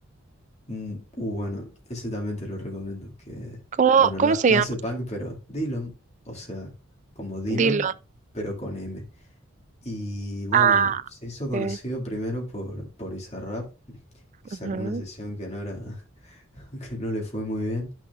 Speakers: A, on the left; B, on the right.
A: Mm, uh, bueno, ese también te lo recomiendo. Que,
B: ¿cómo,
A: bueno,
B: cómo
A: no,
B: se
A: no
B: llama?
A: hace punk, pero Dillom, o sea, como Dillon,
B: Dylan.
A: pero con M. Y bueno,
B: Ah,
A: se hizo conocido
B: ok.
A: primero por, por Bizarrap que sacó
B: ujú.
A: una sesión que no era, <laughs> que no le fue muy bien.